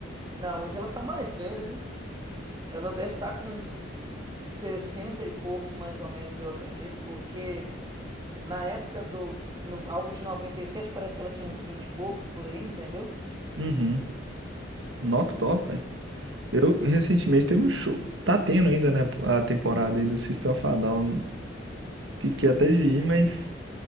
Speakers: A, on the right; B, on the right.
A: Não, hoje ela tá mais velha, né? Ela deve estar com uns 60 e poucos, mais ou menos, eu acredito, porque na época do, no álbum de 97 parece que ela tinha uns 20 e poucos por aí, entendeu?
B: Uhum. Knock Top, Eu recentemente teve um show. Tá tendo ainda, né? A temporada aí do System of a Down. Fiquei até de ir, mas